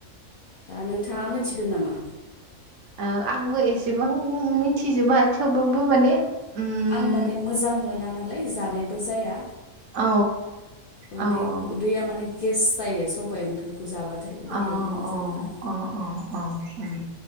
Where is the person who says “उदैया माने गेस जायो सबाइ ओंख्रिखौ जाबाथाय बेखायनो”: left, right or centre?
Left